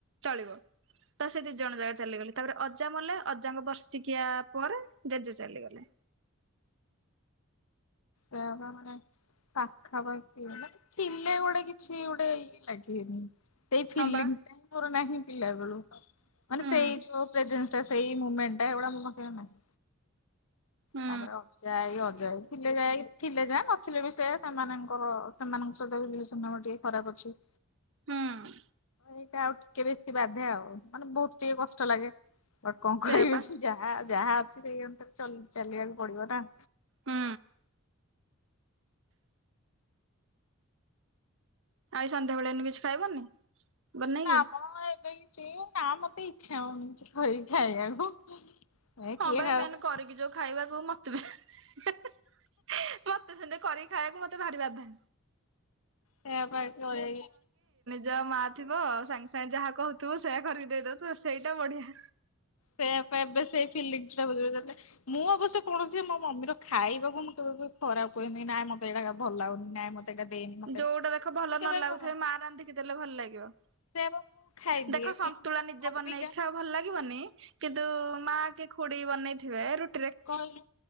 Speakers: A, on the right; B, on the left.
A: ଚଳିବ। ତ ସେ ଦି ଜଣ ଜାକ ଚାଲିଗଲେ ତାପରେ ଅଜା ମଲେ ଅଜାଙ୍କ ବର୍ଷିକିଆ ପରେ ଜେଜେ ଚାଲିଗଲେ।
B: ଦେହ ଭଲ ନାହିଁ। ପାଖାପାଖି ମାନେ ଥିଲେ ଗୋଟେ କିଛି ଗୋଟେ ଇଏ ଲାଗିବେନି। ସେଇ ଫିଲିଙ୍ଗଟା
A: ହଁ ବା
B: ହିଁ ମୋର ନାହିଁ ପିଲା ବେଳୁ ମାନେ
A: ହୁଁ
B: ସେଇ ଯୋଉ ପ୍ରେଜେଣ୍ଟସ୍‌ ଟା ସେଇ ମୁମେଣ୍ଟ ଟା ଏଗୁଡା ମୋ ପାଖରେ ଆଉ ନାହିଁ।
A: ହୁଁ
B: ତାପରେ ଆଉ ଯାଇ ଅଜା ଥିଲେ ଯାଇ ଥିଲେ ଯା ନଥିଲେ ବି ସେୟା ସେମାନଙ୍କର ସେମାନଙ୍କ ସହିତବି ରିଲେସନ ଆମର ଟିକେ ଖରାପ ଅଛି।
A: ହୁଁ।
B: ଏଇଟା ଆଉ ଟିକେ ବେଶି ବାଧେ ଆଉ ମାନେ ବହୁତ ଟିକେ କଷ୍ଟ ଲାଗେ ବଟ କଣ
A: ସେଇଆ
B: କରିବି।
A: ପା
B: ଯାହା ଯାହା ଅଛି ସେଇଅନୁସାରେ ଚଲି ଚାଲିବାକୁ ପଡିବନା।
A: ହୁଁ। ଆଜି ସନ୍ଧ୍ୟାବେେଳେ ଏଇନୁ କିଛି ଖାଇବନି? ବନେଇକି
B: ନା ମ ଏବେ କିଛି ନା ମତେ ଇଛା ହଉନି କିଛି କରିକି ଖାଇବାକୁ। ଏ
A: ହଁ
B: କିଏ
A: ଭାଇ
B: ଖାଉଛି
A: ମେନେ କରିକି ଯୋଉ ଖାଇବାକୁ ମତେ ବି ମତେ ସେନ୍ତି କରିକି ଖାଇବାକୁ ମତେ ଭାରିି ବାଧେ।
B: ସେଇଆପା ଏଇ ଚଳେଇ
A: ଯା ମା ଥିବ ସାଙ୍ଗେ ସାଙ୍ଗେ ଯାହା କହୁଥିବ ସେୟା କରିକି ଦେଇଦଉଥିବା ସେଇଟା ବଢିଆ।
B: ସେ ଏବେ ସେଇ ଫିଲିଙ୍ଗସ ଟା ବୁଝିପାରୁଚନ୍ତି। ମୁଁ ଅବଶ୍ୟ କୌଣସି ମୋ ମମିର ଖାଇବାକୁ ମୁଁ କେବେବି ଖରାପ କୁହେନି ନାଁ ମତେ ଏଇଟା ଭଲ ଲାଗୁନି ନାଇଁ ମତେ ସେଟା ଦେଇନି। ମତେ
A: ଯୋଉଟା ଦେଖ ଭଲ
B: ମୁଁ କେବେ
A: ନ ଲାଗୁଥାଏ
B: କଣ
A: ମାଆ ରାନ୍ଧିକି ଦେଲେ ଭଲ ଲାଗିବ।
B: ସେଇଆ ପା ମୁଁ ଖାଇଦିଏ
A: ଦେଖ ସନ୍ତୁଳା
B: କିନ୍ତୁ
A: ନିଜେ
B: ଅବିକା
A: ବନେଇକି ଖାଅ ଭଲ ଲାଗିବନି। କିନ୍ତୁ ମା କି ଖୁଡି ବନେଇଥିବେ ରୁଟ୍
B: କହିଲି